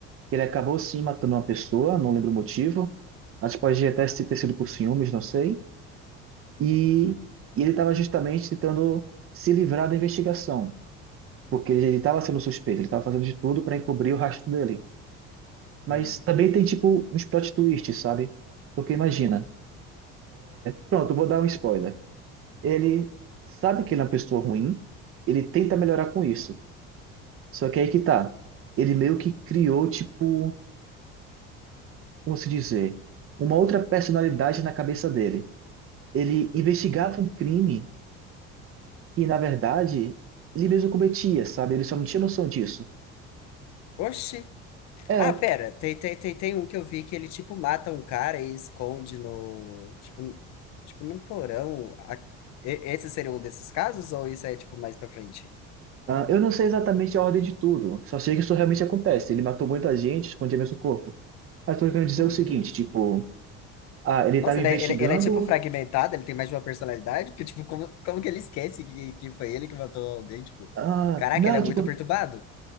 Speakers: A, on the right; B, on the left.
A: que ele acabou sim matando uma pessoa, não lembro o motivo. Acho que pode até ter sido por ciúmes, não sei. E,
B: Hum,
A: e ele estava justamente tentando se livrar da investigação, porque ele estava sendo suspeito, ele estava fazendo de tudo para encobrir o rastro dele. Mas
B: hum,
A: também tem tipo uns plot twists, sabe? Porque imagina, pronto, eu vou dar um spoiler. Ele sabe que ele é uma pessoa ruim, ele tenta melhorar com isso. Só que aí que tá. Ele meio que criou, tipo, como se dizer, uma outra personalidade na cabeça dele. Ele investigava
B: hum.
A: um crime que, na verdade, ele mesmo cometia, sabe? Ele só não tinha noção disso.
B: Oxi.
A: É,
B: Ah, pera, tem, tem, tem, tem um que eu vi que ele, tipo, mata um cara e esconde no. Tipo, n- tipo num porão. A- e- Esse seria um desses casos? Ou isso é, tipo, mais pra frente?
A: ah, eu não sei exatamente a ordem de tudo, só sei que isso realmente acontece. Ele matou muita gente, escondia mesmo o corpo. Mas tô querendo dizer
B: Meu
A: é
B: Deus.
A: o seguinte, tipo, ah, ele
B: Nossa,
A: estava investigando.
B: ele é, ele, é, ele é, tipo, fragmentado, ele tem mais de uma personalidade? Porque, tipo, como, como que ele esquece que, que foi ele que matou alguém? Tipo,
A: ah,
B: caraca,
A: não,
B: ele é muito
A: tipo,
B: perturbado.